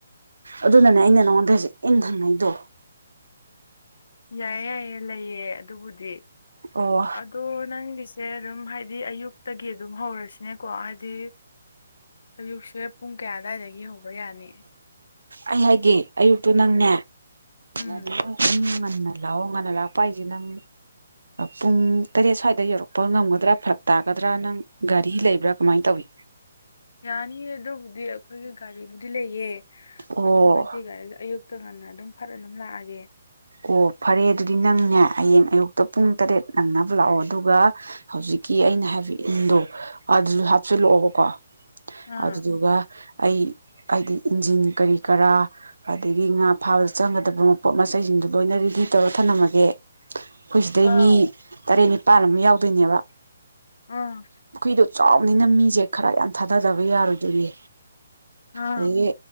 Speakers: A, on the right (about 80°); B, on the left (about 65°).
A: ꯑꯗꯨꯅꯅꯦ ꯑꯩꯅ ꯅꯪꯉꯣꯟꯗ ꯍꯧꯖꯤꯛ ꯏꯪꯊꯪꯉꯩꯗꯣ
B: ꯌꯥꯏꯌꯦ ꯌꯥꯏꯌꯦ ꯂꯩꯌꯦ ꯑꯗꯨꯕꯨꯗꯤ
A: ꯑꯣ
B: ꯑꯣ ꯅꯪꯒꯤꯁꯦ ꯑꯗꯨꯝ ꯍꯥꯏꯗꯤ ꯑꯌꯨꯛꯇꯒꯤ ꯑꯗꯨꯝ ꯍꯧꯔꯁꯤꯅꯦꯀꯣ ꯍꯥꯏꯗꯤ ꯑꯌꯨꯛꯁꯦ ꯄꯨꯡ ꯀꯌꯥ ꯑꯋꯥꯏꯗꯒꯤ ꯍꯧꯕ ꯌꯥꯅꯤ
A: ꯑꯩ ꯍꯥꯏꯒꯦ ꯑꯌꯨꯛꯇꯨ ꯅꯪꯅꯦ
B: ꯎꯝ
A: ꯑꯗꯨꯨꯝ ꯉꯟꯅ ꯂꯥꯛꯑꯣ ꯉꯟꯅ ꯂꯥꯛꯄ ꯍꯥꯏꯁꯦ ꯅꯪ ꯄꯨꯡ ꯇꯔꯦꯠ ꯁ꯭ꯋꯥꯏꯗ ꯌꯧꯔꯛꯄ ꯉꯝꯒꯗ꯭ꯔꯥ ꯐꯔꯛ ꯇꯥꯒꯗ꯭ꯔꯥ ꯅꯪ ꯒꯥꯔꯤ ꯂꯩꯕ꯭ꯔꯥ ꯀꯃꯥꯏꯅ ꯇꯧꯋ
B: ꯌꯥꯅꯤꯌꯦ ꯑꯗꯨꯕꯨꯗꯤ ꯑꯩꯈꯣꯏꯒꯤ ꯒꯥꯔꯤꯕꯨꯗꯤ ꯂꯩꯌꯦ
A: ꯑꯣ
B: ꯑꯗꯨꯝ ꯍꯥꯏꯗꯤ ꯒꯥꯔꯤ ꯑꯌꯨꯛ ꯇ ꯉꯟꯅ ꯑꯗꯨꯝ ꯐꯔ ꯑꯗꯨꯝ ꯂꯥꯛꯑꯒꯦ
A: ꯑꯣ ꯐꯔꯦ ꯑꯗꯨꯗꯤ ꯅꯪꯅꯦ ꯍꯌꯦꯡ ꯑꯌꯨꯛꯇ ꯄꯨꯡ ꯇꯔꯦꯠ ꯅꯪꯅꯕ ꯂꯥꯛꯑꯣ ꯑꯗꯨꯒ ꯍꯧꯖꯤꯛꯀꯤ ꯑꯩꯅ ꯍꯥꯏꯕ ꯏꯟꯗꯣ ꯑꯗꯨꯁꯨ ꯍꯥꯞꯆꯤꯜꯂꯛꯑꯣꯕꯀꯣ
B: ꯑꯥ
A: ꯑꯗꯨꯗꯨꯒ ꯑꯩ ꯍꯥꯏꯗꯤ ꯏꯟꯖꯤꯟ ꯀꯔꯤ ꯀꯔꯥ ꯑꯗꯒꯤ ꯉꯥ ꯐꯥꯕꯗ ꯆꯪꯒꯗꯕ ꯃ ꯄꯣꯠ ꯃꯆꯩꯁꯤꯡꯗꯣ ꯂꯣꯏꯅ ꯔꯦꯗꯤ ꯇꯧꯔ ꯊꯝꯂꯝꯝꯃꯒꯦ ꯑꯩꯈꯣꯏ ꯁꯤꯗꯩ
B: ꯑꯥꯎ
A: ꯃꯤ ꯇꯔꯦꯠ ꯅꯤ ꯃꯄꯥꯟ ꯑꯃ ꯌꯥꯎꯗꯣꯏꯅꯦꯕ
B: ꯑꯥ
A: ꯄꯨꯈꯔꯤꯗꯣ ꯆꯥꯎꯕꯅꯤꯅ ꯃꯤꯁꯦ ꯈꯔ ꯌꯥꯝ ꯊꯥꯗꯗꯕ ꯌꯥꯔꯣꯏꯗꯣꯏꯔꯤ
B: ꯑꯥ
A: ꯑꯗꯒꯤ